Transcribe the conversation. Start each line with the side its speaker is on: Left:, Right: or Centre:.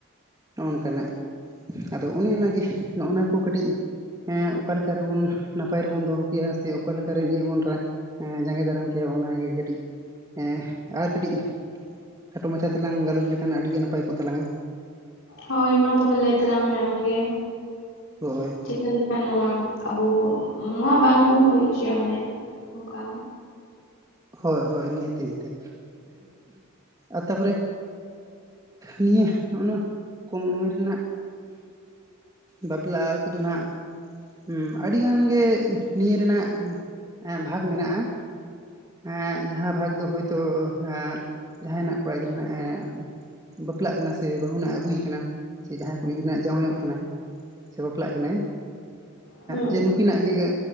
Right: ᱱᱚᱜ ᱱᱚᱝᱠᱟᱱᱟᱜ ᱟᱫᱚ ᱚᱱᱮ ᱚᱱᱟᱜᱮ ᱱᱚᱜᱼᱚᱱᱟ ᱠᱚ ᱠᱟᱹᱴᱤᱡ ᱮᱸ ᱚᱠᱟᱞᱮᱼᱼ ᱚᱠᱟᱨᱮᱵᱚᱱ ᱱᱟᱯᱟᱭ ᱨᱮᱵᱚᱱ ᱫᱚᱦᱚ ᱠᱮᱭᱟ ᱥᱮ ᱚᱠᱟ ᱞᱮᱠᱟᱨᱮ ᱱᱤᱭᱟᱹ ᱵᱚᱱ ᱨᱟᱭ ᱦᱮᱸ ᱡᱟᱸᱜᱮ ᱫᱟᱨᱟᱢ ᱠᱮᱭᱟ ᱚᱱᱟᱜᱮ ᱠᱟᱹᱴᱤᱡ, ᱦᱮᱸ ᱟᱨ ᱠᱟᱹᱴᱤᱡ ᱠᱷᱟᱴᱚ ᱢᱟᱪᱷᱟ ᱛᱮᱞᱟᱝ ᱜᱟᱞᱚᱪ ᱞᱮᱠᱷᱟᱱ ᱟᱹᱰᱤ ᱜᱮ ᱱᱟᱯᱟᱭ ᱠᱚᱜ ᱛᱟᱞᱟᱝᱟ᱾
Left: ᱦᱳᱭ ᱢᱟ ᱛᱚᱵᱮ ᱞᱟᱹᱭ ᱛᱟᱞᱟᱝ ᱢᱮ ᱟᱢ ᱜᱮ ᱾
Right: ᱦᱳᱭ
Left: ᱪᱤᱠᱟᱹ ᱞᱮᱠᱷᱟᱱ ᱱᱚᱣᱟ ᱟᱵᱚ ᱵᱚ ᱱᱚᱣᱟ ᱵᱟᱝᱵᱚᱱ ᱦᱩᱭ ᱦᱚᱪᱚᱭᱟ ᱢᱟᱱᱮ ᱱᱚᱝᱠᱟ
Right: ᱦᱳᱭ ᱦᱳᱭ ᱱᱤᱦᱟᱹᱛᱤ ᱱᱤᱛᱤᱟᱹ ᱟᱨ ᱛᱟᱯᱚᱨᱮ ᱱᱤᱭᱟᱹ ᱱᱚᱜ ᱱᱚᱣᱟ ᱠᱚᱢ ᱩᱢᱮᱨ ᱨᱮᱱᱟᱜ ᱵᱟᱯᱞᱟ ᱠᱚᱫᱚ ᱱᱟᱜ ᱦᱸ ᱟᱹᱰᱤ ᱜᱟᱱ ᱜᱮ ᱱᱤᱭᱟᱹ ᱨᱮᱱᱟᱜ ᱵᱷᱟᱜᱽ ᱢᱮᱱᱟᱜᱼᱟ ᱾ ᱮᱸᱜ ᱡᱟᱦᱟᱸ ᱵᱷᱟᱜᱽ ᱫᱚ ᱦᱳᱭᱛᱳ ᱦᱮᱸ ᱡᱟᱦᱭᱱᱟᱜ ᱠᱚᱲᱟ ᱜᱤᱫᱽᱨᱟᱹ ᱱᱟᱜ ᱮ ᱵᱟᱯᱞᱟᱜ ᱠᱟᱱᱟ ᱥᱮ ᱵᱟᱦᱩ ᱟᱹᱜᱩᱭ ᱠᱟᱱᱟ ᱥᱮ ᱡᱟᱦᱟᱸᱭ ᱠᱩᱲᱤ ᱜᱤᱫᱽᱨᱟᱹ ᱡᱟᱶᱟᱭᱚᱜ ᱠᱟᱱᱟᱭ ᱥᱮ ᱵᱟᱯᱞᱟᱜ ᱠᱟᱱᱟᱭ
Left: ᱦᱩᱸ
Right: ᱡᱮ ᱱᱩ ᱱᱩᱠᱤᱱᱟᱜ ᱜᱮ